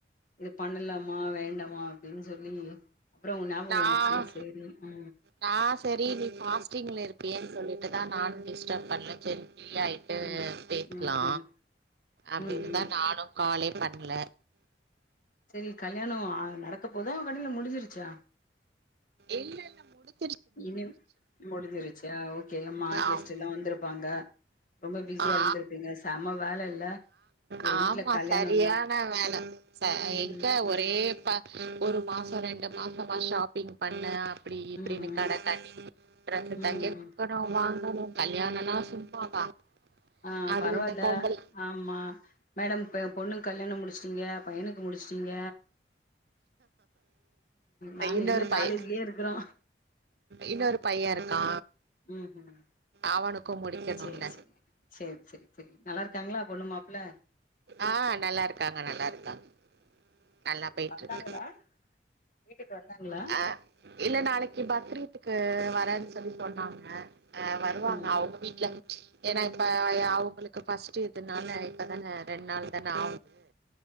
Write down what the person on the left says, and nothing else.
இது பண்ணலாம வேண்டாமா ன்னு சொல்லி அப்பறோ உங்க ஞாபகம்
வந்துச்சு செரி உ
ம்
ம் ம்
ம்
ம்
செரி கல்யாணோ நடக்க போதா அவன் கல்யாணோ முடிஞ்சிருச்சா
இனி முடிஞ்சிருச்ச ஓகே நம்மா ஆள்
கெஸ்ட்ட் எல்லாம் வந்திருப்பாங்க ரொம்ப பிஸியா
இருந்திருப்பீங்க செம வேல இல்ல ஒரு
வீட்ல கல்யாணோனா
ம்
ம்
ம்
ம் ம்
ஆ
பரவால்ல
ஆமா மேடம் இப்ப என் பொண்ணுக்கு கல்யாணோ முடிச்சட்டீங்க பையனுக்கு முடிச்சட்டீங்க நாங்க
இன்னு
காலேஜ்லயே இருக்குறோ
ம் ம்
சேர் சேரி சேர் சேரி நல்லா இருக்காங்களா பொண்ணுமாப் ல்ல
சேரி
வந்தாங்களா
வீட்டுக்கு வந்தாங்களா
ம்